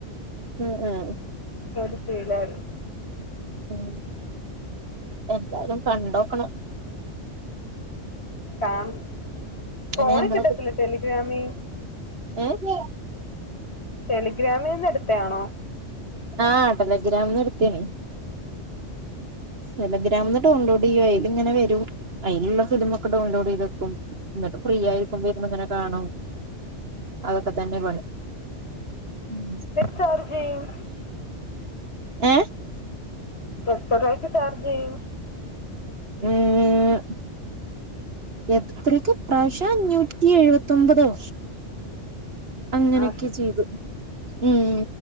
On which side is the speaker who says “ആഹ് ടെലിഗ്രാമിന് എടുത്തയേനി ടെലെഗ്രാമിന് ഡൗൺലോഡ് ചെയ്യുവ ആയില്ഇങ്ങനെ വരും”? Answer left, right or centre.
Right